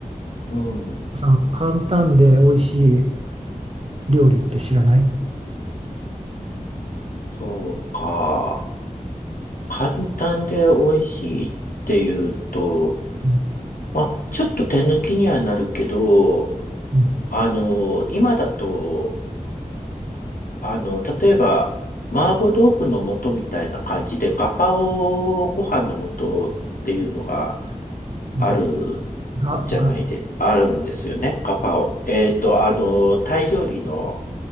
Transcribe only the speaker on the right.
さん簡単で美味しい料理って知らない
うん
うん
が、が、
が、あ